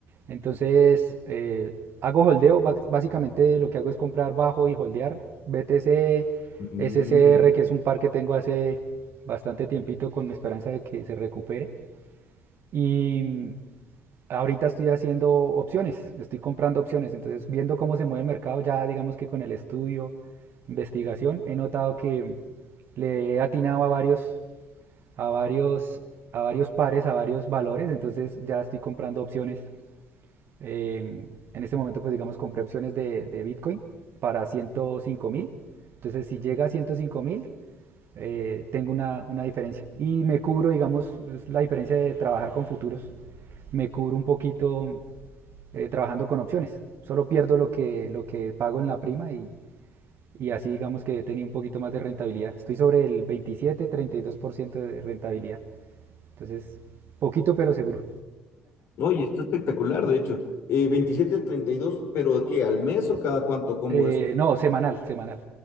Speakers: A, on the right; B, on the left.
A: Entonces eh, hago holdeo, básicamente lo que hago es comprar bajo y holdear BTC,
B: Mm.
A: SCR, que es un par que tengo hace bastante tiempito con la esperanza de que se recupere. Y ahorita estoy haciendo opciones, estoy comprando opciones, entonces viendo cómo se mueve el mercado, ya digamos que con el estudio, investigación, he notado que le he atinado a varios, a varios, a varios pares, a varios valores, entonces ya estoy comprando opciones. eh, en este momento, pues digamos, compré opciones de, de Bitcoin para ciento cinco mil. Entonces, si llega a ciento cinco mil, eh, tengo una, una diferencia. Y me cubro, digamos, es la diferencia de trabajar con futuros. Me cubro un poquito eh, trabajando con opciones. Solo pierdo lo que, lo que pago en la prima y, y así digamos que tenía un poquito más de rentabilidad. Estoy sobre el veintisiete treinta y dos por ciento de rentabilidad. Entonces, poquito pero seguro.
B: Oye, está espectacular, de hecho. Eh, 27, 32, pero ¿qué? ¿Al mes o cada cuánto? ¿Cómo
A: Eh,
B: es?
A: no, semanal, semanal.